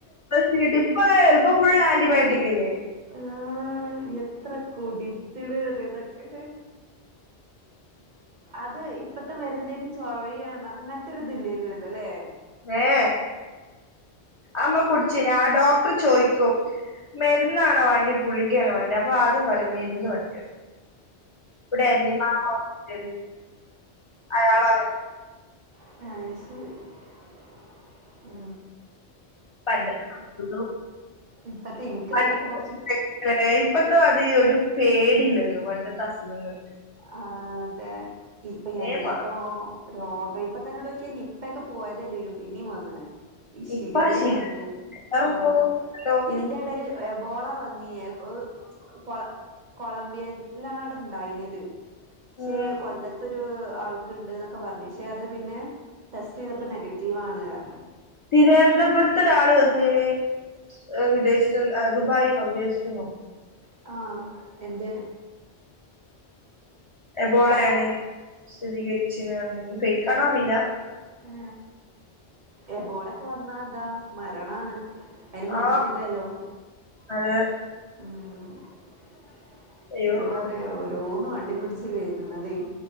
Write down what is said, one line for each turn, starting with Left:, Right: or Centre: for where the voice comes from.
Left: ട്ട് ഇപ്പ ചപ്പോം ഫുൾ ആന്റിബയോട്ടിക് അല്ലേ
Right: ആഹ എത്ര കുടിച്ചിടറ തൊക്കെ അത് ഇപ്പത്തെ മ രുന്നിന്റെൊക്കെ ചോവ അങ്ങനത്തെ ഒരു ഇതില്ലായിരുന്നല്ലോ അല്ലേ
Left: ഏ അമ്മ കുടച്ച് ഞാൻ ഡോക്ടർ ചോയ്ക്കും മരുന്നാണോ വേണ്ടി ഗുളികയണോ വേണ്ടി അപ്പൊ ആദ്യം പറയും മരുന്ന് മതീന്ന് ഇവിടെ എരണിമാവ് ഹോസ്പിറ്റല അയാളങ്ങനെ
Right: ഫ്രാൻസ് ഉ
Left: പണ്ട അ <unintelligible>
Right: ഇപ്പത്തെ എനിക്ക് തന്നെ ഇപ്പൊ കൊറച്ച്
Left: ഇപ്പത്ത അത് ഒരു പേടില്ലല്ലോ പണ്ടത്തെ അസുഖങ്ങൾക്ക്
Right: ആ് അതെ ഇപ്പൊ
Left: വേ
Right: എന്തൊക്കെ
Left: മാറും
Right: രോഗം ഇപ്പ തന്നെോടോക്കി നിപക്കെ പോയതല്ലേ പിന്നീും വന്നേ ഈ ശിഗല്ല
Left: ഇപ്പ ശിഖർ
Right: വന്ന് ആ
Left: തോന്നുന്നുണ്ടല്ലോ
Right: ഇതിന്റെ ഇടൽ എബോള വന്ന് <unintelligible> കൊള കൊളംബിയയിലാണണ്ടായിനത് പക്ഷെ
Left: ഉം
Right: കൊല്ലത്തൊരു ആൾക്കുണ്ട് എന്നൊക്കെ പറഞ്ഞു പക്ഷെ അത് പിന്നെ ടെസ്റ്റ് ചെയ്തപ്പോ
Left: ഉം
Right: നെഗറ്റീവ് റ്റീവാണ്റ്ഞ്ഞ്
Left: തിരുവനന്തപുരത്ത് ഒരാൾ വന്ന് ണ് വിദേശത്തി ദുബായി ന്നോ വിദേശത്തി ന്നോ
Right: ആഹ എന്ത്
Left: എബോള
Right: കോ
Left: ആണ് സ്ഥിരീകരിച്ചിണ്റ്ഞ്ഞ് ഫേക്കണോ അറിയില്ല
Right: ആ എബോളൊക്കെ വന്നാ എന്താ മരണാണ് അയിന്
Left: ആഹ
Right: മരുന്നില്ലല്ലോ
Left: അതെ
Right: ഉം
Left: അയ്യോ
Right: ഞാൻ പറയാ ഓരോന്ന് വണ്ടി പിടിച്ച് വരുന്നത്